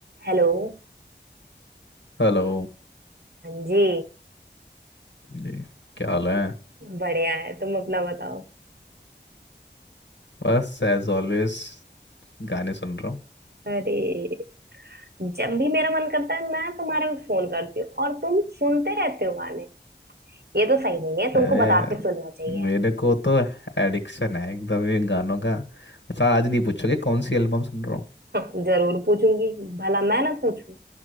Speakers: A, on the right; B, on the left.
A: Hello
B: Hello
A: हाँ जी
B: जी क्या हाल है
A: बढ़िया है तुम अपना बताओ
B: बस एज ऑलवेज गाने सुन रहा हूँ
A: अरे जब भी मेरा मन करता है मैं तुम्हारे को फोन करती हूँ और तुम सुनते रहते हो गाने ये तो सही नहीं है तुमको
B: अरे
A: बता के सुनना चाहिए
B: मेरे को तो एडिक्शन है एकदम ये गानों का अच्छा आज नहीं पूछोगे कौन सी एल्बम सुन रहा
A: <laughs> जरूर पूछूंगी भला मैं ना पूछूं